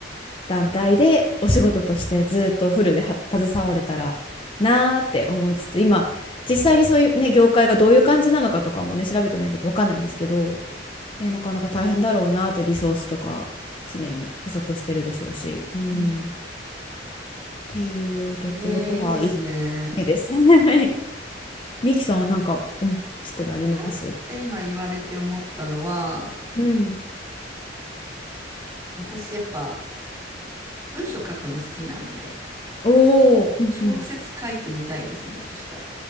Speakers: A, on the left (about 30°); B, on the right (about 20°).
A: 団体でお仕事としてずっとフルでは携われたらなーって思いつつ、今実際にそういうね、業界がどういう感じなのかとかもね、調べてないんでわかんないんですけど、ね、なかなか大変だろうなってリソースとか常に不足してるでしょうし、うん、
B: うん。
A: っていうところが1
B: ええ、いいですね。
A: 目ですね。<laughs> はいミキさんはなんか思いつくなります
B: パッて今言われて思ったのは、
A: うん。
B: 私やっぱ文章書くの好きなんで、
A: おお、うんうん。
B: 小説書いてみたいですね。そしたら。